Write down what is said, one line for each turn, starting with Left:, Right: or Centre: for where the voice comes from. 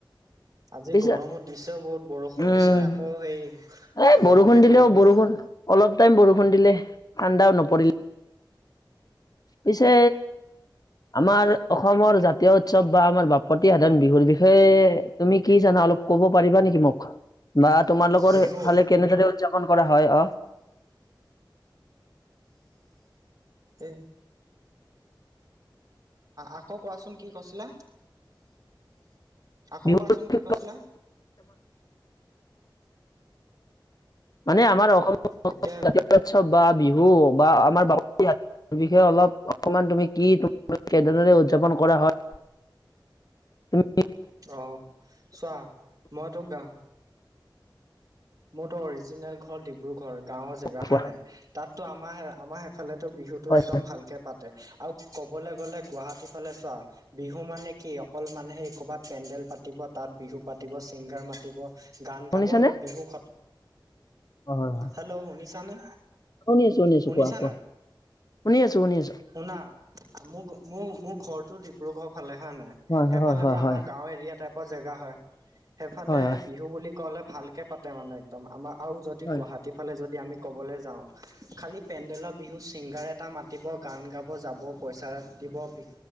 Right: আজি
Left: পিছে
Right: গৰমো দিছে বহুত। বৰষুণ
Left: উম।
Right: দিছিলে আকৌ সেই
Left: এ
Right: গৰমে
Left: বৰষুণ দিলেও
Right: কৰি দিলে
Left: বৰষুণ অলপ টাইম বৰষুণ দিলে ঠাণ্ডাও নপৰিল। পিছে আমাৰ অসমৰ জাতীয় উৎসৱ বা আমাৰ বাপতি সাধন বিহুৰ বিষয়ে তুমি কি জানা অলপ ক'ব পাৰিবা নেকি মোক বা তোমাৰালোকৰফালে
Right: বিহু
Left: কেনেদৰে উপাদযাপন ন কৰা হয় অ',।
Right: এই আকৌ কোৱাচোন কি কছিলা। আকৌ
Left: বিহু
Right: কোৱাচোন কি কৈছিলা।
Left: মানে আমাৰ অসম
Right: এতিয়া
Left: জাতীয় উৎসৱ বা বিহু বা আমাৰ বাপুতি সা বিষয়ে অলপ অকমান তুমি কি কেদৰে উদযাপন কৰা হয়। উ।
Right: অহ চোৱা মই তোক গা মোৰ তো অৰিজিনেল ঘৰ ডিব্ৰুগড় গাঁওৰ জেগা
Left: কোৱা
Right: হা নাই তাততো আমাৰ আমাৰ সেইফালেতো বিহুতো
Left: হয়
Right: একদম ভালকে পাতে। আৰু ক'বলৈ গ'লে গুৱাহাটী ফালে চোৱা বিহু মানে কি অকল মানুহে ক'ৰবাত পেণ্ডেল পাতি তাত বিহু পাতিব ছিংগাৰ মাতিব গান গাব
Left: শুনিছানে?
Right: বিহু
Left: হয় হয় হয়।
Right: হেল্ল' শুনিছানে
Left: শুনি আছো শুনি আছো
Right: শুনিছা
Left: কোৱা কোৱা শুনি আছো শুনি আছোঁ।
Right: শুনা ম মোৰ মোৰ ঘৰটো ডিব্ৰুগড় ফালে হয় নাই
Left: হয়
Right: সেইফালো
Left: হয় হয়
Right: আমাৰ গাওঁ এৰিয়া টাইপত জেগা হয় সেইফালে
Left: হয় হয়
Right: বিহু বুলি কলে ভালকে পাতে মানে একদম আমাৰ আৰু যদি
Left: হয়
Right: গুৱাহাটীৰ ফালে যদি আমি ক'বলৈ যাওঁ খালী পেণ্ডেলৰ বিহু ছিংগাৰ এটা মাতিব গান গাব যাব পইচা দিব বি